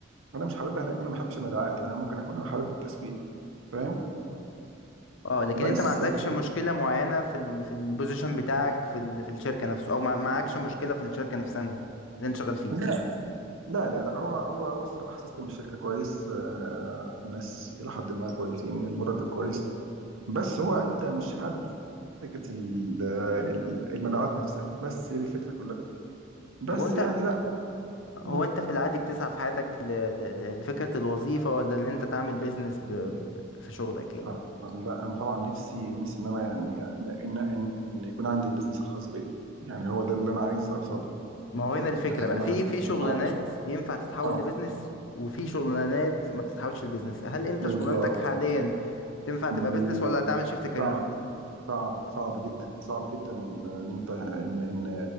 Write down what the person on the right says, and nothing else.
انا مش حاببها لان انا ما بحبش المبيعات يعني انا ممكن اكون حابب التسويق فاهم
بس
لا لا لا لا هو هو هو الصراحه سيستم الشركه كويس آه، الناس الى حد ما كويسين المرتب كويس بس هو انت مش حابب فكره ال- ال- المبيعات نفسها بس هي دي الفكره كلها بس
يعني لا
مم.
طبعاً. لا انا طبعا نفسي نفسي ان انا يعني ان ان ان يكون عندي البيزنس الخاص بيا يعني هو ده اللي انا عايز اوصله
يعني
انا
بشتغل
اه
اه
بالظبط
لا
صعب صعب صعب جدا صعب جدا ان انت ان ان